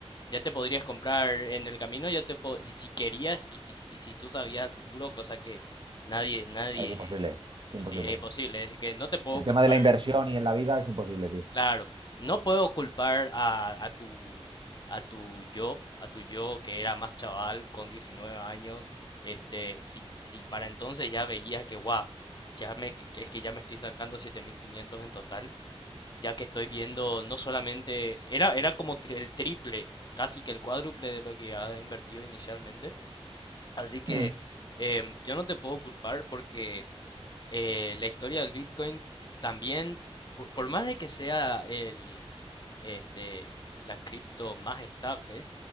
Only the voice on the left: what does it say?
ya te podrías comprar en el camino, ya te po- y si querías y, ti- y si tú sabías el futuro, cosa que nadie, nadie,
sí, es imposible, es que no te puedo
culpar.
Claro, no puedo culpar a, a tu a tu yo, a tu yo que era más chaval con 19 años, este, si, si para entonces ya veía que guau, ya me que, que es que ya me estoy sacando 7500 en total, ya que estoy viendo no solamente era era como tri- el triple, casi que el cuádruple de lo que has invertido inicialmente, así que
em, yo no te puedo culpar porque eh, la historia del Bitcoin también, por, por más de que sea el, este, la cripto más estable,